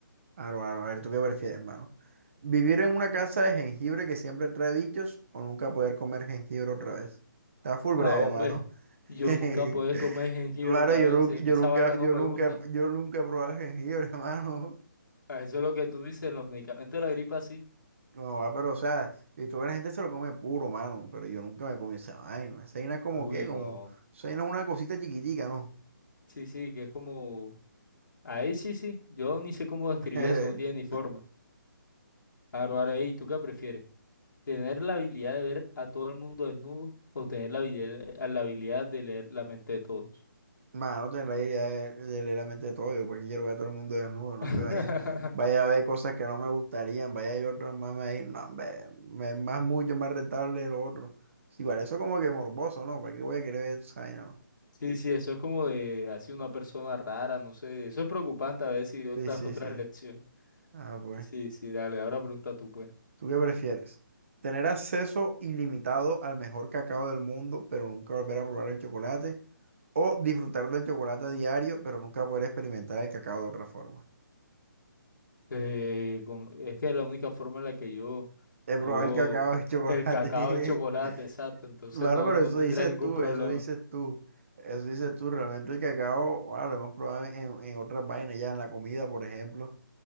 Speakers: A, on the right; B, on the left.
A: Aro, aro, a ver, ¿tú qué prefieres, hermano? ¿Vivir en una casa de jengibre que siempre trae bichos o nunca poder comer jengibre otra vez? Está full breve,
B: Ah, hombre,
A: mano.
B: yo
A: <laughs>
B: nunca podré comer jengibre
A: Mano,
B: otra
A: yo
B: vez.
A: nunca,
B: si A mí
A: yo
B: esa
A: nunca,
B: vaina
A: yo
B: no me
A: nunca,
B: gusta.
A: yo nunca he probado jengibre, <laughs> mano.
B: Ah, Eso es lo que tú dices los medicamentos de la gripa, sí.
A: No, va, pero o sea, y toda la gente se lo come puro, mano, pero yo nunca me comí esa vaina. Esa vaina es como
B: Uy,
A: qué, como,
B: no.
A: esa vaina es una cosita chiquitica, ¿no?
B: Sí, sí, que es como. Ahí sí, sí. Yo ni sé cómo describir
A: <laughs>
B: eso, no tiene ni forma. Ahora, ahora, ey, ¿tú qué prefieres? ¿Tener la habilidad de ver a todo el mundo desnudo o tener la habilidad, eh, la habilidad de leer la mente de todos?
A: Mano, tener la idea de, de leer la mente de todo. Yo porque quiero ver a todo el mundo desnudo, no
B: <laughs>
A: hombre, vaya, vaya a ver cosas que no me gustarían, vaya yo otros mames ahí, no hombre, me es más mucho más rentable lo otro. Sí, igual eso como que morboso, ¿no? ¿Para qué voy a querer ver esa vaina, no?
B: Sí, sí, eso es como de así una persona rara, no sé. Eso es preocupante a veces y otra,
A: Sí, sí,
B: <laughs> otra
A: sí.
B: lección.
A: Ah, pues.
B: Sí, sí, dale, ahora pregunta tú, pues.
A: ¿Tú qué prefieres? ¿Tener acceso ilimitado al mejor cacao del mundo, pero nunca volver a probar el chocolate? ¿O disfrutar del chocolate a diario, pero nunca poder experimentar el cacao de otra forma?
B: Eh, como- es que la única forma en la que yo,
A: He
B: yo,
A: probado el cacao y el <laughs> chocolate.
B: el cacao es chocolate, exacto, entonces
A: Bueno,
B: no,
A: pero
B: no
A: eso
B: tendría
A: dices
B: ningún
A: tú,
B: problema.
A: eso dices tú, eso dices tú. Realmente el cacao, wow, lo hemos probado en, en otras vainas, ya en la comida, por ejemplo.